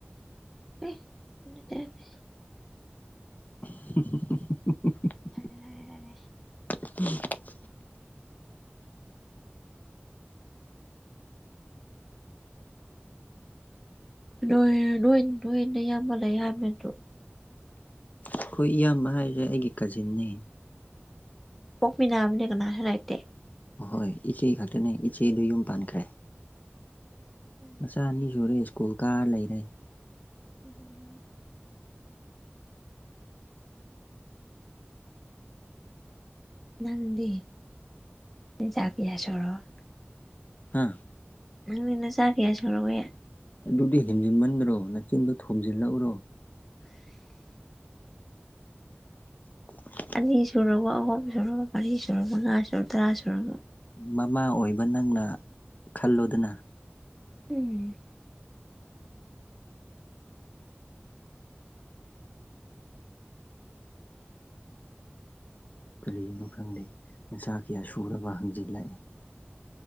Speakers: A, in the centre; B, on the left.
A: ꯎꯝ ꯅꯠꯇꯦ ꯅꯠꯇꯦ
B: <unintelligible> <unintelligible>
A: <unintelligible>
B: <unintelligible>
A: ꯅꯣꯏ ꯅꯣꯏ ꯅꯣꯏ ꯑꯌꯥꯝꯕ ꯂꯩ ꯍꯥꯕꯅꯇꯔ‌ꯣ
B: ꯑꯩꯈꯣꯏ ꯏꯌꯥꯝꯕ ꯍꯥꯏꯁꯦ ꯑꯩꯒꯤ ꯀꯖꯤꯟꯅꯦ
A: ꯄꯣꯛꯃꯤꯟꯅꯕꯅꯦ ꯀꯅꯥꯁꯨ ꯂꯩꯇꯦ
B: ꯑꯍꯣꯏ ꯏꯆꯦ ꯈꯛꯇꯅꯦ ꯏꯆꯦꯗꯨ ꯌꯨꯝ ꯄꯥꯟꯈ꯭ꯔꯦ
A: ꯎꯝ
B: ꯃꯆꯥ ꯑꯅꯤ ꯁꯨꯔꯦ ꯁ꯭ꯀꯨꯜ ꯀꯥꯔ ꯂꯩꯔꯦ
A: ꯎꯝ ꯍ ꯅꯪꯗꯤ ꯅꯆ ꯀꯌꯥ ꯁꯨꯔꯕ
B: ꯍꯥ
A: ꯅꯪꯗꯤ ꯅꯆꯥ ꯀꯌꯥ ꯁꯨꯔꯋ‌ꯦ
B: ꯑꯗꯨꯗꯤ ꯍꯦꯟꯖꯤꯟꯃꯟꯗ꯭ꯔꯣ ꯅꯅꯥꯆꯤꯟꯗꯣ ꯊꯣꯝꯖꯤꯜꯂꯛꯎꯔꯣ <unintelligible>
A: ꯑꯅꯤ ꯁꯨꯔꯕ‌ꯣ ꯑꯍꯨꯝ ꯁꯨꯔꯕ ꯃꯔꯤ ꯁꯨꯔꯕ ꯃꯉꯥ ꯁꯨꯔ ꯇꯔꯥ ꯁꯨꯔꯕ
B: ꯃꯃꯥ ꯑꯣꯏꯕ ꯅꯪꯅ ꯈꯜꯂꯣꯗꯅ
A: ꯎꯝ
B: ꯀꯂꯤꯅꯣ ꯈꯪꯗꯦ ꯅꯆꯥ ꯀꯌꯥ ꯁꯨꯔꯕ ꯍꯪꯖꯤꯜꯂꯛꯏꯦ